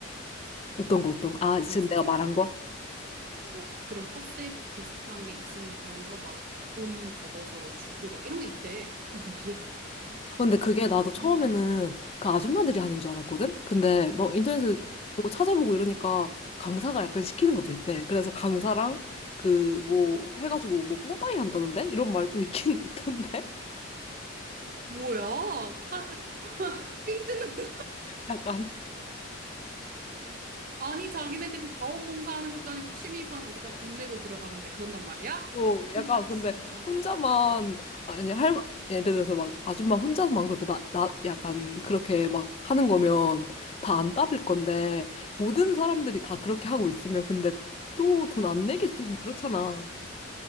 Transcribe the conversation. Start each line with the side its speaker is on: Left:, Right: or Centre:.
Left: 어떤 거, 어떤 거? 아,
Right: 강습반.
Left: 지금 내가 말한 거?
Right: 뭐 그런 텃세 비슷한 게 있으면서 막 돈 걷어서 주고 막 이런 게 있대. 근데 나 이해가 안 가.
Left: 근데 그게
Right: 그런 게
Left: 나도
Right: 왜 있는
Left: 처음에는
Right: 거야?
Left: 그 아줌마들이 하는 줄 알았거든? 근데 뭐 인터넷에 뭐 찾아보고 이러니까 강사가 약간 시키는 것도 있대. 그래서 강사랑 그 뭐 해가지고 뭐 뿜빠이 한다던데? 이런 말도 있긴 <laughs> 있던데?
Right: 뭐야? 칼, 삥 뜯는 거.
Left: 약간,
Right: 아니, 자기네들이 자원봉사하는 것도 아니고 취미반 우리가 돈 내고 들어가는데 그런단 말이야?
Left: 어, 약간
Right: <laughs> 나
Left: 근데
Right: 진짜.
Left: 혼자만, 아니, 할, 마- 예를 들어서 막 아줌마 혼자만 그렇게 나, 나, 약간 그렇게 막 하는 거면 다 안 따를 건데 모든 사람들이 다 그렇게 하고 있으면 근데 또 돈 안 내기 좀 그렇잖아.